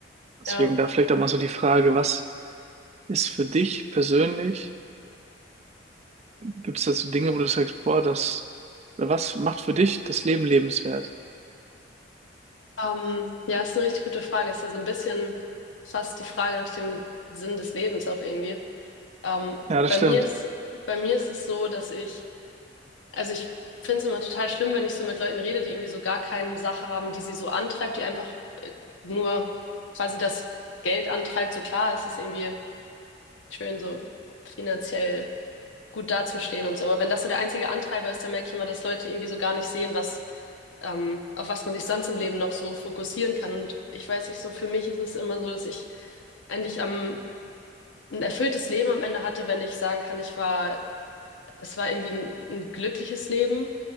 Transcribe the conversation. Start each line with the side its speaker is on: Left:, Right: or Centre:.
Right: Deswegen
Left: ja.
Right: da vielleicht auch mal so die Frage, was ist für dich persönlich? Gibt es da so Dinge, wo du sagst, boah, das, oder was macht für dich das Leben lebenswert?
Left: Ähm, ja, ist eine richtig gute Frage. Ist ja so ein bisschen fast die Frage nach dem Sinn des Lebens auch irgendwie. Ähm,
Right: Ja, das
Left: bei
Right: stimmt.
Left: mir ist, bei mir ist es so, dass ich Also ich finde es immer total schlimm, wenn ich so mit Leuten rede, die irgendwie so gar keine Sache haben, die sie so antreibt, die einfach äh, nur quasi das Geld antreibt. So klar, es ist irgendwie schön, so finanziell gut dazustehen und so. Aber wenn das so der einzige Antreiber ist, dann merke ich immer, dass Leute irgendwie so gar nicht sehen, was, ähm, auf was man sich sonst im Leben noch so fokussieren kann. Und ich weiß nicht, so für mich ist es immer so, dass ich eigentlich am, ein erfülltes Leben am Ende hatte, wenn ich sagen kann, ich war das war irgendwie ein, ein glückliches Leben.